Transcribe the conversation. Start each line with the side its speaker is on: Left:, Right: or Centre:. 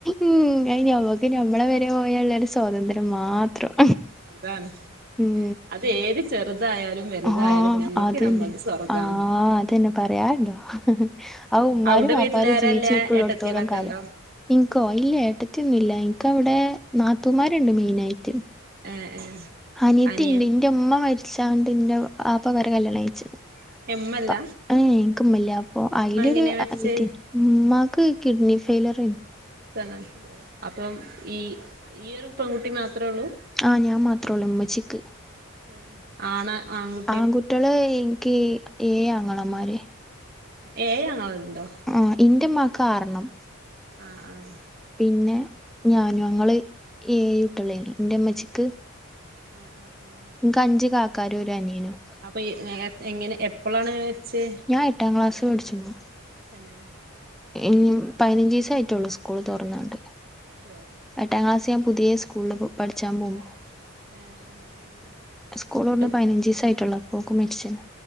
Centre: ഉം അഹ് ഞമുക്ക് നമ്മളെ വരെ പോയള്ളര്സ് സ്വാതന്ത്യം മാത്രം
Right: അതാണ്
Centre: ഉം.
Right: അത് ഏത് ചെറുതായാലും വലുതായാലും
Centre: ആഹ്
Right: ഞമ്മക്ക്
Centre: അതന്നെ
Right: നമ്മളത് സ്യർഗാണ്
Centre: ആഹ് അതന്നെ പറയാണ്ടോ ആ ഉമ്മാരും
Right: അവിടെ
Centre: വാപ്പാരും
Right: വീട്ടിലാരല്ല
Centre: ജീവിച്ചിരിപ്പുള്ളടത്തോളം
Right: ഏട്ടത്തിളൊക്കെണ്ടോ
Centre: കാലം ഇൻക്കോ ഇല്ല ഏട്ടത്തിന്നുംല്ല എനക്കവിടെ നാത്തൂമാരുണ്ട് മെയിനായിട്ട്
Right: ഏഹ് ഏഹ്
Centre: അനിയത്തിണ്ട്
Right: അനിയൻ
Centre: ഇന്റെ മ്മ മരിച്ചാണ്ട് ഇന്റെ വാപ്പ വേറെ കല്യാണംയിച്
Right: ഇമ്മല്ല
Centre: പ ഏഹ് ഇൻക്മ്മല്ല അപ്പൊ അയിലൊരു
Right: ഇമ്മ എങ്ങനെ മരിച്ചേ
Centre: അനിയത്തിണ്ട് മ്മാക്ക് കിഡ്നി ഫെയിലിയറേനി
Right: തന്നെ അപ്പം ഈ ഈ ഒരു പെൺകുട്ടി മാത്രേ ഉള്ളൂ
Centre: ആഹ് ഞാൻ മാത്രേ ഉള്ളൂ ഉമ്മച്ചിക്ക്
Right: ഉം. ആണ് ആങ്
Centre: ആങ്കുട്ട്യെള് ഇൻക്ക് ഏയ് അങ്ങളമാര്
Right: ഏഹ് ഏഴാങ്ങളണ്ടോ?
Centre: ആഹ് ഇന്റെമ്മാക്ക് ആറെണ്ണം.
Right: ആഹ് ആഹ്.
Centre: പിന്നെ ഞാനും ഞങ്ങള് ഏയുട്ടേളേന്നു. ഇന്റെമ്മച്ചിക്ക്
Right: ആഹ് ആഹ് ആഹ്
Centre: ഇൻക്ക് അഞ്ച് കാക്കാരും ഒരു അനിയനും.
Right: അപ്പൊ എ എങ്ങനെ എപ്പളാണ് മര്ച്ച്?
Centre: ഞാ എാട്ടാം ക്ലാസ് പഠിച്ച്മ്പോ.
Right: തന്നെ?
Centre: ഇൻയും പയിനഞ്ച്ചീസായിട്ടൊള്ളൂ സ്കൂള് തൊർന്നാണ്ട്.
Right: യോഹ്
Centre: എട്ടാം ക്ലാസ് യാൻ പുതിയേ സ്കൂള്ല് പഠിച്ചാ പോഉമ്പോ.
Right: ഏഹ് ഏഹ് ഏഹ്
Centre: സ്കൂളൊർന്ന്
Right: ഇങ്ങട്ട്
Centre: പയിനൻജീസായിട്ടൊള്ളു അപ്പോക്കും മരിച്ച്ണ്